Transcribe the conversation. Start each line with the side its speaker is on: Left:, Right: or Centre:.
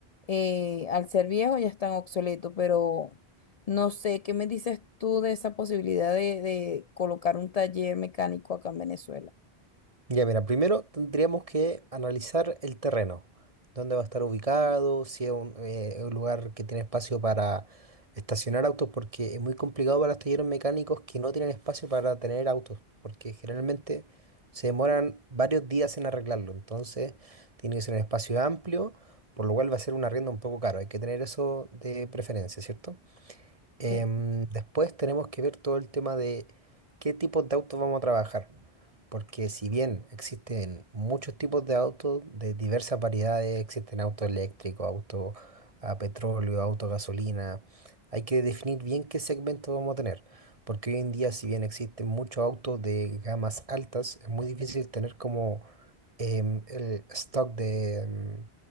Left: eh, al ser viejos ya están obsoletos, pero no sé, ¿qué me dices tú de esa posibilidad de, de colocar un taller mecánico acá en Venezuela?
Right: Ya, mira, primero tendríamos que analizar el terreno, dónde va a estar ubicado, si es un, eh, un lugar que tiene espacio para estacionar autos, porque es muy complicado para los talleres mecánicos que no tienen espacio para tener autos, porque generalmente se demoran varios días en arreglarlo, entonces tiene que ser un espacio amplio, por lo cual va a ser un arriendo un poco caro, hay que tener eso de preferencia, ¿cierto? Em,
Left: Sí.
Right: después tenemos que ver todo el tema de qué tipos de autos vamos a trabajar, porque si bien existen muchos tipos de autos de diversas variedades, existen autos eléctricos, autos a petróleo, autos a gasolina, hay que definir bien qué segmento vamos a tener, porque hoy en día si bien existen muchos autos de gamas altas, es muy difícil tener como em, el stock de, em,